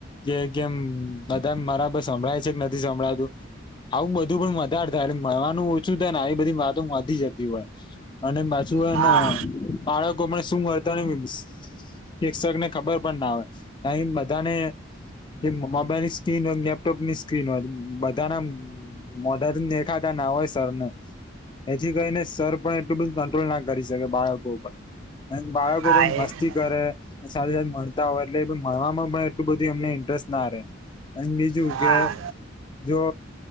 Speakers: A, on the left; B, on the right.
A: કે કેમ બધા મારા બ સંભળાય છે કે નથી સંભળાતું <unintelligible> આવું બધું પણ વધારે થાય એટલે મળવાનું ઓછું થાય ને એ બધી વાતો વધી જતી હોય અને પાછું હેના
B: હા
A: બાળકો પણ શું મળતા ની શિક્ષક ને ખબર પણ ના હોય ક બધાને એ મોબાઈલની સ્ક્રીન લેપટોપની સ્ક્રીન હોય બધાના મોઢા દેખાતા ના હોય સરને. એથી કરીને સર પણ એટલું બધું કંટ્રોલ ના કરી શકે બાળકો ઉપર અને બાળકો
B: હા
A: પણ
B: એજ
A: મસ્તી
B: ને
A: કરે સાથે સાથે મળતા હોય એટલે એ પણ ભણવામાં પણ બધું એમને ઇન્ટરેસ્ટ ના રે અને બીજું
B: હા.
A: કે જો